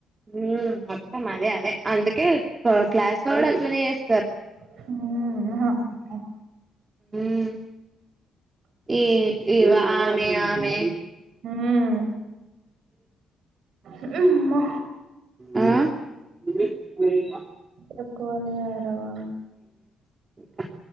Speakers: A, on the right; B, on the right.
A: ఉ మొత్తం అదే అదే అందుకే క్లాస్ గుడ అట్లనే చేస్
B: <inaudible>
A: ఉమ్ ఏ ఇవా ఆమె ఆమె
B: ఉమ్ ఉ అమ్మ
A: ఆ తక్కువైందే
B: తక్కువలే కదరా బాబు
A: <inaudible>